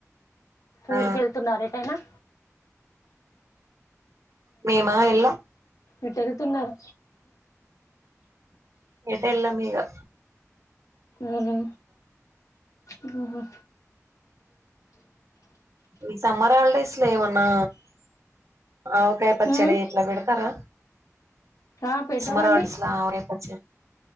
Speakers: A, on the left; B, on the right.
A: ఊరి
B: ఆ
A: కేళ్తున్నారా ఎటైనా న
B: మేమా ఎల్లమ్
A: ఏటేళ్తున్నారు
B: ఎటు ఎల్లమిగా
A: అహా ఉహు
B: ఈ సమ్మర్ హాలిడేస్ లో ఏమన్నా ఆవకాయ పచ్చడి
A: ఉమ్
B: ఇట్ల పెడతారా
A: ఆ పెడతామండి
B: సమ్మర్ హాల్డేస్ల ఆవకయ పచ్చడి